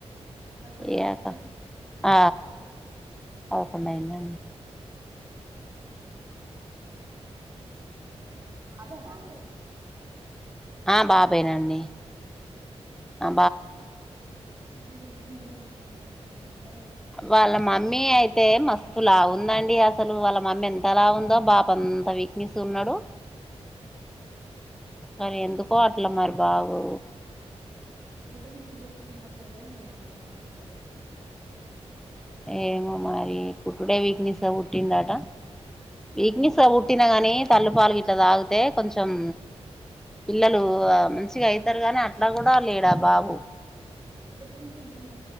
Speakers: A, on the right; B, in the centre.
A: పదకొండు
B: ఇగ
A: అయిందా
B: ఆ పదకొండు అయిందా
A: బాబేనా అండి
B: ఆ బాబే
A: బర్త్డే
B: నండి ఆ
A: బాబు మెగుండడమే దో మేం ఏసుకుని అందరితో
B: వాళ్ళ మమ్మీ అయిత్ తే మస్తు లా ఉందండి అసలు వాళ్ళ మమ్మీ ఎంతలా ఉందో బాబు అంత వీక్నెస్ ఉన్నాడు
A: అ
B: కానీ ఎందుకో అట్లా మరి బాబు
A: ఫుడ్ కూడా తినట్లేదు అని మా అమ్మ అన్నది
B: ఏమో మరి పుట్డే వీక్నెస్ పుట్టిండా ట వీక్నిె స్ గా బుట్టి నా గానీ తల్లిపా లు ఇట్లా తాగితే కొంచెం పిల్లలు మంచిగా అయితారు గాని అట్లా కూడా లేడ బాబు
A: పుట్టి న్ బి